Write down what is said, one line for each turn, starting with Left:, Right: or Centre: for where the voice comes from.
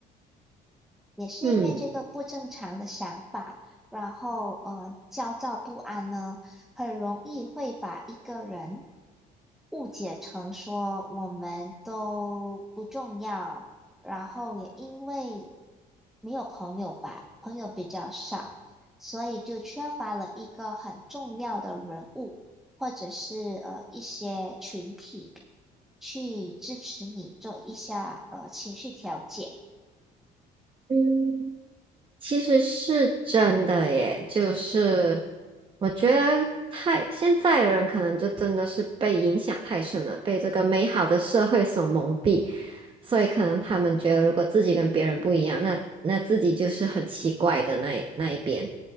Centre: 也是因为这个不正常的想法，
Right: 嗯。
Centre: 然后呃，焦躁不安呢，很容易会把一个人误解成说我们都不重要，然后也因为没有朋友吧，朋友比较少，所以就缺乏了一个很重要的人物，或者是呃一些群体去支持你做一下呃情绪调节。
Right: 嗯，其实是真的耶，就是我觉得太，现在的人可能就真的是被影响太深了，被这个美好的社会所蒙蔽，所以可能他们觉得如果自己跟别人不一样，那那自己就是很奇怪的那一那一边。